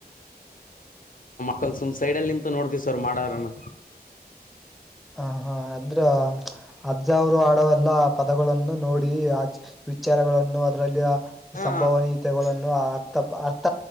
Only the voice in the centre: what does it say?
ಹ ಹಾ ಅಂದ್ರ ಅಜ್ಜ ಅವರು ಆಡೋ ಎಲ್ಲಾ ಪದಗಳನ್ನು ನೋಡಿ ಅಜ್ ವಿಚಾರಗಳನ್ನು ಅದ್ರಲ್ಲಿ.
ಸಂಭವನೀತೆಗೊಲನ್. ಅರ್ಥ ಅರ್ಥ